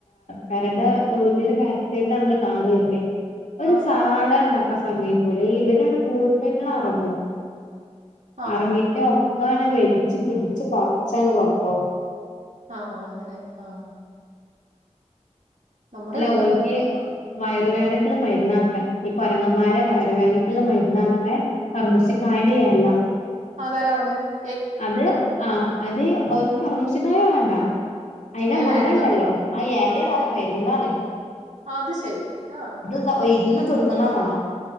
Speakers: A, on the left; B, on the right.
A: പേരടെ <unintelligible> രിലാണ കാട് വരുന്നേ ഒരു
B: ആഹ്
A: സാദനം ഉണ്ടാക്കാൻ സമയ്ക്കൂലാ ഇവരാണ് കൂട്ടം ആയിട്ട് ഇറങ്ങും
B: ആഹാ
A: ഇറങ്ങിട്ട് ക്കാണ് വലിച്ചച്ച് കുടിച്ച് പറച്ചാണ് കൊണ്ടോവും
B: ആഹ് അങ്ങനെ ആഹ് നമ്മുടെ
A: അല്ല
B: വീട്ടിലുണ്ടായിരുന്നു
A: ഓല്ക്കെ ആഹ് വയറ് വേനക്കും മെര്ന്നാത്രെ ഈ കൊരങ്ങന്മാരെ വയറ് വേന ക്ക്ള്ള മരുന്നാത്രെ കർമൂസിക്കായന്റെയെലാ
B: അതരാ പറ്ഞ്ഞേ
A: അത് ആഹ് അത് ഓല് കർമൂസക്കായ വാണ്ട അയിന്റെ
B: എല
A: മരണ്ടല്ലോ
B: എടുത്തോണ്ട് പോവും
A: ആയെലെ
B: ആഹ്
A: ഓലെ മെര്ന്നാണ്
B: അത് ശരി ആഹ്
A: <unintelligible> ഇര്ന്ന് തിന്ന്ണെ കാണാ